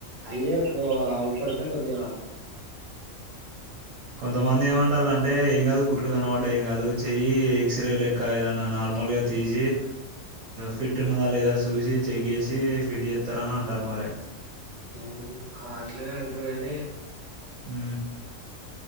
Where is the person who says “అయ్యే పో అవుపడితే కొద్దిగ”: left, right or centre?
Right